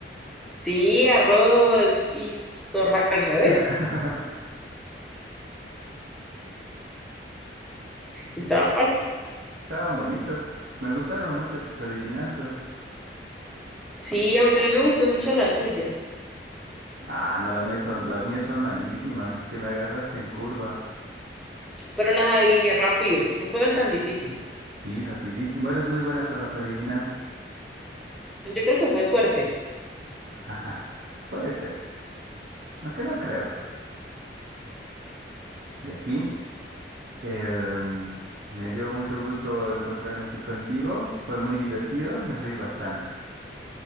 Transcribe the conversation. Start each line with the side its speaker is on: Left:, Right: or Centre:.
Centre: Sí, arroz y zorra al revés.
Right: <laughs>
Centre: Estaba fácil.
Right: Estaban bonitos. Me gustaron mucho tus adivinanzas.
Centre: Sí, a mí también me gustó mucho las suyas,
Right: Ah, no, las mías son, las mías son malísimas. Es que me agarraste en curva.
Centre: pero las adiviné rápido, no fueron tan difíciles.
Right: Sí, rapidísimo. Eres muy buena con las adivinanzas.
Centre: Yo creo que fue suerte.
Right: <laughs> Puede ser, aunque no creo. Y así, em, me dio mucho gusto encontrarme aquí contigo. Fue muy divertido. Me reí bastante.